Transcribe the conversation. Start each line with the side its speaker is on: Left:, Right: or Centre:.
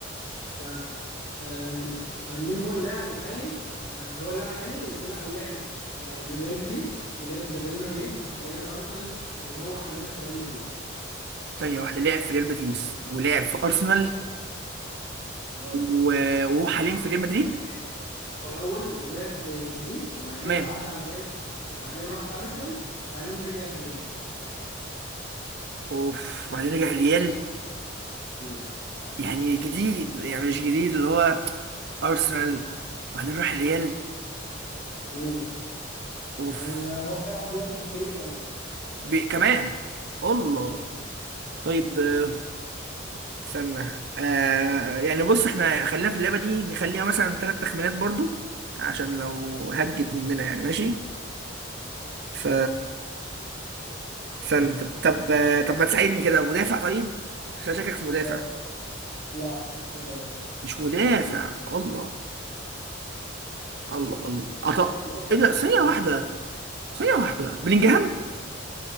Left: تمام آم، آه، مين هو اللاعب الحالي آه هو اللاعب حالي بيلعب لعب آه لريال بيتيس ولعب لريال مدريد ولعب لارسنال وهو حاليا في ريال مدريد
Right: ثانية واحدة لعب في ريال بيتيس ولعب في أرسنال
Left: اه
Right: و- وهو حاليا
Left: هو هو
Right: في ريال مدريد
Left: لعب في ريال هو الاول لعب في بيتيس وبعد كده
Right: تمام
Left: عدى على ريال مدريد وبعدين راح ارسنال وبعدين رجع الريال
Right: اوف وبعدين رجع الريال
Left: مم.
Right: يعني جديد يعني مش جديد اللي هو أرسنال وبعدين راح الريال
Left: مم.
Right: اوف
Left: يعني هو بيلعب دلوقتي في فريق كمان
Right: بي كمان الله
Left: مم.
Right: طيب آه، استنى آه يعني بص احنا خلينا في اللعبة دي نخليها مثلا ثلاث تخمينات برضو عشان لو هجت مننا يعني ماشي ف استنى طب طب آه، طب ما تساعدني كده مدافع طيب عشان شاكك في مدافع
Left: آه لا مش مدافع
Right: مش مدافع الله الله الله أط...
Left: مفيش مدافعين
Right: ايه ده
Left: في
Right: ثانية
Left: ارسنال
Right: واحدة ثانية واحدة بلينجهام